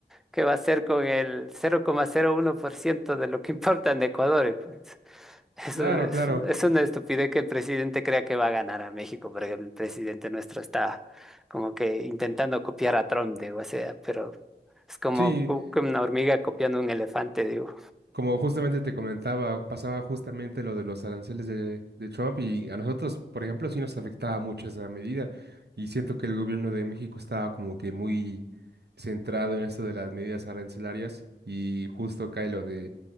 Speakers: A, in the centre; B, on the right.
A: ¿Qué va a hacer con el cero cero coma cero uno por ciento de lo que <laughs> importa en Ecuador? Y Pues eso
B: Claro,
A: es,
B: claro.
A: es una estupidez que el presidente crea que va a ganar a México, porque el presidente nuestro está como que intentando copiar a Trump, digo, o sea, pero es como
B: Sí,
A: cu- que una hormiga copiando un elefante, digo.
B: Como justamente te comentaba, pasaba justamente lo de los aranceles de, de Trump y a nosotros, por ejemplo, sí nos afectaba mucho esa medida y siento que el gobierno de México estaba como que muy centrado en esto de las medidas arancelarias y justo cae lo de